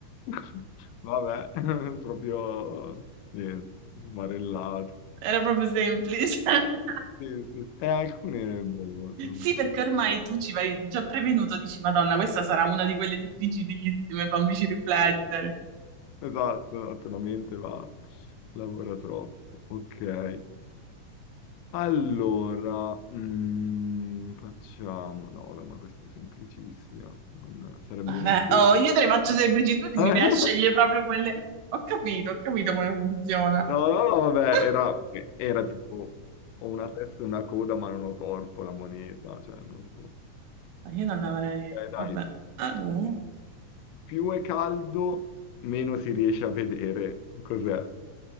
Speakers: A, on the left; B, on the right.
A: <laughs> Vabbè, <laughs> proprio... Niente, barellato.
B: Era proprio semplice. <laughs>
A: Sì, sì. sì. E alcune, boh, sono
B: Sì,
A: troppo.
B: perché ormai tu ci vai già prevenuto, dici, Madonna, questa sarà una di quelle difficilissime, fammici riflettere.
A: Sì. Esatto, esatto, la mente va... lavora troppo. Ok. Allora, mm, facciamo... No, vabbè, ma questa è semplicissima, non- sarebbe
B: Eh,
A: un'offesa.
B: oh, io te le faccio semplici, tu
A: <laughs>
B: mi piace scegliere proprio quelle. Ho capito, ho capito come funziona.
A: No, no, no, vabbè,
B: <laughs>
A: era, era tipo ho una testa e una coda, ma non ho corpo, la moneta, cioè non so.
B: Ma Io non avrei.
A: Ok, dai,
B: Vabbè. Allora,
A: più è caldo, meno si riesce a vedere cos'è.